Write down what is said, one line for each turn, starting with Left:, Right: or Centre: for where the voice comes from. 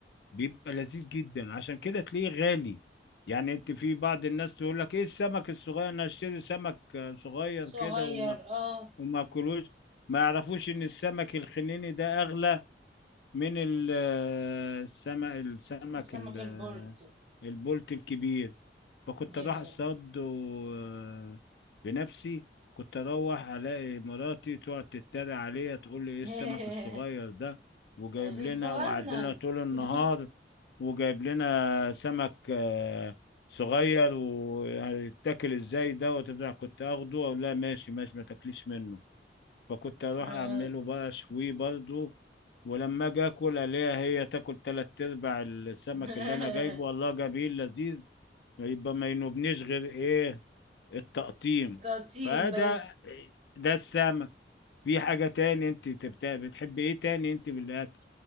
Left: بيبقى لذيذ جدا عشان كده تلاقيه غالي يعني انت في بعض الناس تقول لك ايه السمك الصغير انا اشتري سمك آه، صغير
Right: صغير
Left: كده وما
Right: اه
Left: وما اكلوش ما يعرفوش ان السمك الخنيني ده اغلى من ال- آه، السمك السمك
Right: سمك
Left: ال-
Right: البلطي
Left: البولت الكبير فكنت
Right: ياه
Left: اروح اصطاد و- آه، بنفسي كنت اروح الاقي مراتي تقعد تتريق عليا تقول لي ايه
Right: <laughs>
Left: السمك الصغير ده وجايب
Right: عشان
Left: لنا
Right: صغنن
Left: وقعد لنا طول النهار
Right: <laughs>
Left: وجايب لنا سمك آه، صغير وهيتاكل ازاي ده وتبدا كنت اخده اقول لها ماشي ماشي ما تاكليش منه فكنت اروح
Right: آه.
Left: اعمله بقى شوي برضو ولما اجي اكل الاقيها هي تاكل تلات ارباع السمك
Right: <laughs>
Left: اللي انا جايبه الله جميل لذيذ يبقى ما ينوبنيش غير ايه التقطيم
Right: سلاطين
Left: فده
Right: بس
Left: ده السمك في حاجة تاني انت بت- بتحبي ايه تاني انت بالاكل